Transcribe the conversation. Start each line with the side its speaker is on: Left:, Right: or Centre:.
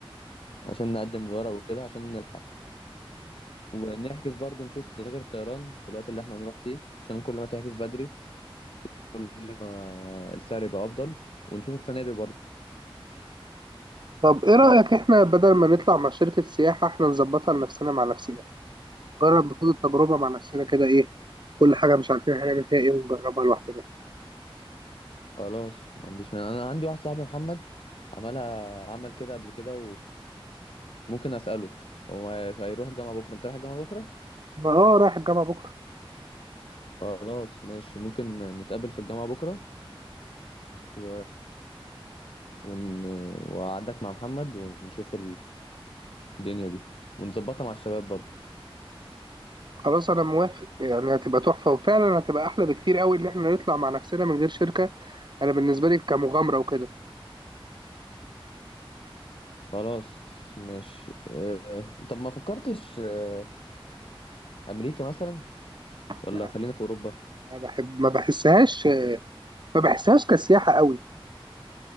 Left: عشان نقدم الورق وكده عشان نلحق ونحجز برضو نشوف تذاكر الطيران في الوقت اللي احنا هنروح فيه عشان كل ما تحجز بدري كل ما السعر يبقى أفضل ونشوف الفنادق برضو
Right: طب ايه رايك احنا بدل ما نطلع مع شركه سياحه احنا نظبطها لنفسنا مع نفسنا نجرب نخوض التجربه مع نفسنا كده ايه كل حاجه مش عارفين هنعمل فيها ايه ونجربها لوحدنا
Left: خلاص ما عنديش مانع انا عندي واحد صاحبي محمد عملها عمل كده قبل كده وممكن اساله هو هيروح الجامعه بكره انت رايح الجامعه بكره
Right: ما اه رايح الجامعه بكره
Left: خلاص ماشي ممكن نتقابل في الجامعه بكره و... ون... وأقعدك مع محمد ونشوف الدنيا دي ونظبطها مع الشباب برضو
Right: خلاص انا موافق يعني هتبقى تحفه وفعلا هتبقى احلى بكتير قوي ان احنا نطلع مع نفسنا من غير شركه انا بالنسبه لي كمغامره وكده
Left: خلاص ماشي أه... طب ما فكرتش أه... امريكا مثلا ولا
Right: لا
Left: خلينا في اوروبا
Right: ما بحب ما بحسهاش ما بحسهاش كسياحه قوي